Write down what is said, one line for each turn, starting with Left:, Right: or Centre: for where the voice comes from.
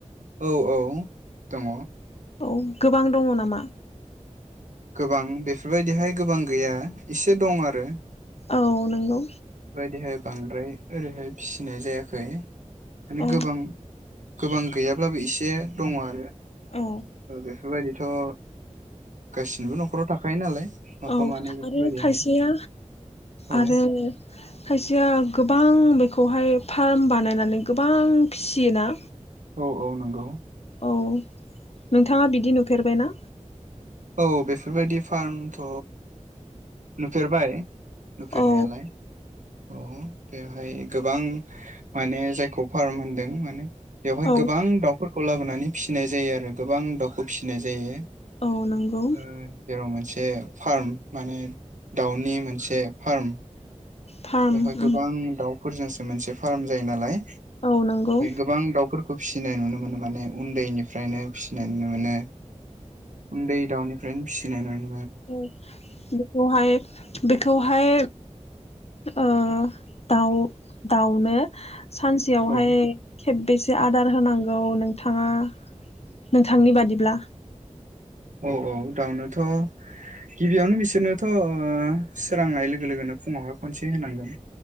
Right: औ औ दङ।
Left: औ। गोबां दङ नामा?
Right: गोबां बेफोरबायदिहाय गोबां गैया इसे दं आरो।
Left: औ नंगौ।
Right: बेबायदिहाय बांद्राय ओरैहाय फिसिनाय जायाखै। माने
Left: औ
Right: गोबां गोबां गैयाब्लाबो एसे दङ आरो।
Left: औ
Right: बेफोरबायदिथ' ओ गासिनिबो नख'राव थाख खायो नालाय। माफा
Left: औ
Right: मानै बेफोरबायदिहाय
Left: आरो खायसेया
Right: औ
Left: आरो खायसेया गोबां बेखौहाय फार्म बानायनानै गोबां फिसियोना।
Right: औ औ नंगौ।
Left: औ नोंथाङा बिदि नुफेरबायना?
Right: औ बेफोरबायदि फार्मथ' नुफेरबाय। नुफेरनायालाय।
Left: औ
Right: अ बेवहाय गोबां माने जायखौ फार्म होनदों माने बेवहाय
Left: औ
Right: गोबां दाउ। फोरखौ लाबोनानै फिसिनाय जायो आरो गोबां दाउखौ फिसिनाय जायो।
Left: औ नंगौ
Right: <unintelligible> जे फार्म माने दाउनि मोनसे फार्म
Left: फार्म
Right: बेवहाय गोबां
Left: उम
Right: दाउ। फोरजोंसो मोनसे फार्म जायो नालाय।
Left: औ नंगौ
Right: गोबां दाउफोर फिसिनाय नुनो मोनो माने उन्दैनिफ्रायनो फिसिनाय नुनो मोनो। उन्दै दाउनिफ्रायनो फिनायनानै नु
Left: उम बेखौहाय बेखौहाय ओ दाउ दाउनो सानसेआवहाय
Right: औ
Left: खेबबेसे आदार होनांगौ नोंथाङा नोंथांनि बादिब्ला
Right: औ औ दावनोथ गिबियावनो बिसोरनोथ ओ सोरांनाय लोगो लोगोनो फुङावहाय खनसे होनांगोन